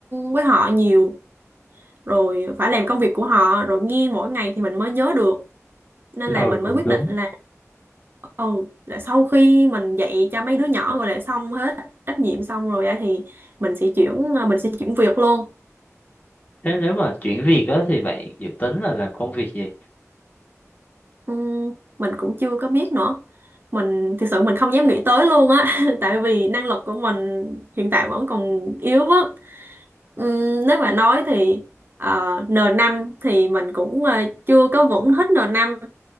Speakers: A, on the right (about 40°); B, on the left (about 30°).
A: với họ nhiều rồi phải làm công việc của họ rồi nghe mỗi ngày thì mình mới nhớ được nên
B: ừ
A: là mình
B: cũng
A: mới quyết
B: đúng.
A: định là ừ là sau khi mình dạy cho mấy đứa nhỏ rồi là xong hết trách nhiệm xong rồi á thì mình sẽ chuyển ờ, mình sẽ chuyển việc luôn
B: Thế nếu mà chuyển việc đó thì bạn dự tính là làm công việc gì?
A: Ừ, mình cũng chưa có biết nữa mình thực sự mình không dám nghĩ tới luôn á <laughs> tại vì năng lực của mình hiện tại vẫn còn yếu á Ừm, nếu mà nói thì ờ, n năm thì mình cũng ờ, chưa có vững hết n năm.